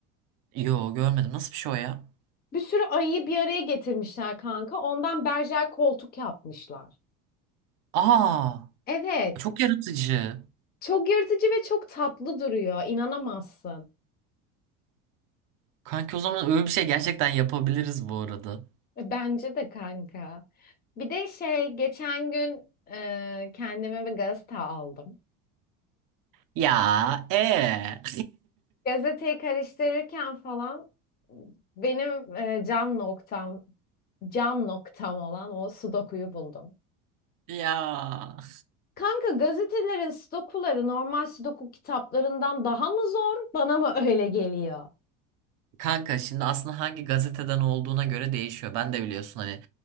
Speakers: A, on the right (about 50°); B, on the left (about 20°).
A: Yo görmedim. Nasıl bir şey o ya?
B: Bir sürü ayıyı bir araya getirmişler kanka. Ondan berjer koltuk yapmışlar.
A: Aa
B: Evet.
A: çok yaratıcı.
B: Çok yırtıcı ve çok tatlı duruyor. İnanamazsın.
A: Kanki o zaman öyle bir şey gerçekten yapabiliriz bu arada.
B: E, Bence de kanka. Bir de şey geçen gün e, kendime bir gazete aldım.
A: Ya e
B: Gazeteyi karıştırırken falan benim e, can noktam, can noktam olan o sudokuyu buldum.
A: <laughs> ya.
B: Kanka gazetelerin sudokuları normal sudoku kitaplarından daha mı zor? Bana mı öyle geliyor?
A: Kanka şimdi aslında hangi gazeteden olduğuna göre değişiyor. Ben de biliyorsun hani